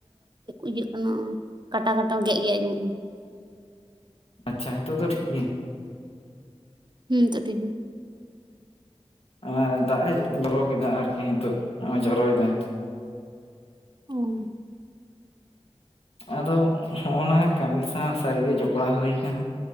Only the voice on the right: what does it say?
ᱤᱭᱟᱹᱜ ᱠᱟᱱᱟ ᱠᱟᱴᱟ ᱠᱟᱴᱟ ᱜᱮᱫ ᱜᱮᱫ ᱟᱸᱚᱢᱚᱜᱼᱟ ᱠᱟᱱᱟ᱾
ᱦᱩᱸ ᱦᱮᱛᱳᱜ ᱴᱷᱤᱠ ᱜᱮᱭᱟ᱾
ᱳᱻ